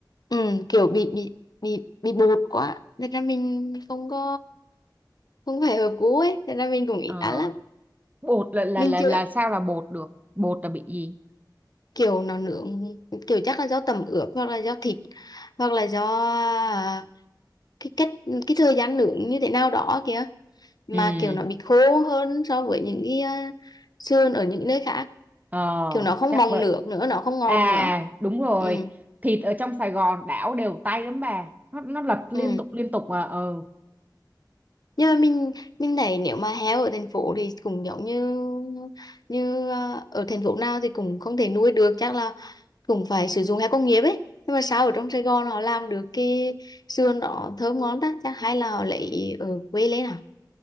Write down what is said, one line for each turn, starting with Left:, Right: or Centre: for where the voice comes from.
Left: ừ, kiểu bị bị bị bị bột quá nên ra mình không có không phải hợp gu ấy nên ra mình cũng ít
Right: Ờ,
Left: ăn lắm
Right: bột là là
Left: mình
Right: là
Left: chưa
Right: là sao là bột được bột là bị gì
Left: kiểu nó nướng kiểu chắc là do tẩm ướp hoặc là do thịt hoặc là do à, cái cách cái thời gian nướng như thế nào đó kìa mà
Right: ừ
Left: kiểu nó bị khô hơn so với những cái à, sườn ở những nơi khác
Right: Ờ,
Left: kiểu nó không
Right: chắc
Left: bong
Right: vậy.
Left: nước nữa nó không ngọt
Right: À,
Left: nữa
Right: đúng rồi.
Left: ừ
Right: Thịt ở trong Sài Gòn đảo đều tay lắm bà. Nó, nó lật liên
Left: ừ
Right: tục liên tục mà. ờ.
Left: nhưng mà mình mình thấy nếu mà heo ở thành phố thì cũng giống như như à, ở thành phố nào thì cũng không thể nuôi được chắc là cũng phải sử dụng heo công nghiệp ấy nhưng mà sao ở trong Sài Gòn họ làm được cái sườn đó thơm ngon ta chắc hay là họ lấy ở quê lên à